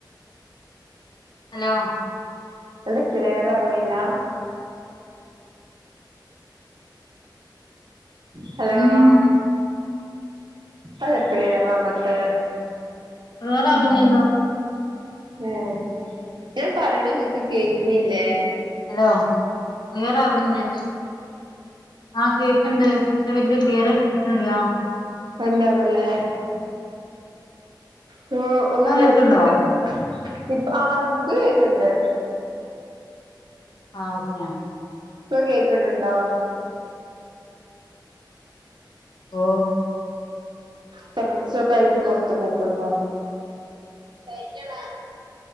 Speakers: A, on the left; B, on the right.
A: ഹലോ
B: അത് പിളർ അവനില്ല ഹലോ
A: ഉം
B: അത്െ കക്ലിയർ ആവത്ത്
A: അരാ പില്ല
B: ഏ ഞാൻ പർണ ങ്ങക്ക് കേക്ക്ന്നില്ലേ
A: ഹലോ ക്ലിയറാവില്ല ആഹ് കേക്കണ്ട് പക്ഷെ വല്യ ക്ലിയർ കിട്ടണില്ല
B: എന്താവല്ലേ നിങ്ങള് ഒന്ന്
A: ഇപ്പം
B: റേഞ്ച്
A: കേൾക്ക്ണ്ടോ
B: ഇപ്പൊ ആക്ക് കേക്കണ്ട്
A: ആ ഓക്കെയ
B: ഇപ്പൊ കേക്കണ്ടോ
A: ഓ
B: ഫ്രാൻസ ഒക്കെ ആയിട്ട് പൊറത്ത പോക്കണ്ടോ തയ്ക്കണ